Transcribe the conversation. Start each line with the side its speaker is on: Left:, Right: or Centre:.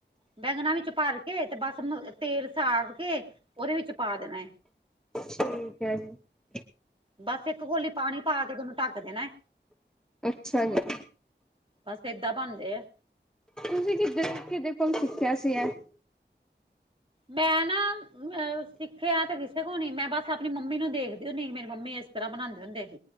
Right: ਬੈਂਗਣਾ ਵਿੱਚ ਭਰ ਕੇ ਤੇ ਬਸ ਨ ਤੇਲ ਸਾੜ ਕੇ ਓਦੇ ਵਿੱਚ ਪਾ ਦੇਣਾ।
Centre: ਠੀਕ ਹੈ ਜੀ।
Right: ਬਸ ਇੱਕ ਕੋਲੀ ਪਾਣੀ ਪਾ ਕੇ ਤੇ ਓਨੂੰ ਢੱਕ ਦੇਣਾ।
Centre: ਅੱਛਾ ਜੀ।
Right: ਬਸ ਏਦਾਂ ਬਣਦੇ ਐ।
Centre: ਤੁਸੀਂ ਕਿਦਅ ਕਿਦੇ ਕੋਲ ਸ਼ਿੱਖਿਆ ਸੀ ਐ।
Right: ਮੈਂ ਨਾ ਮ ਸਿੱਖਿਆ ਤੇ ਕਿਸੇ ਕੋਲ ਨੀ, ਮੈਂ ਬਸ ਅਪਣੀ ਮੰਮੀ ਨੂੰ ਦੇਖਦੀ ਹੁੰਦੀ ਸੀ ਮੇਰੀ ਮੰਮੀ ਏਸ ਤਰ੍ਹਾਂ ਬਣਾਦੇ ਹੋੰਦੇ।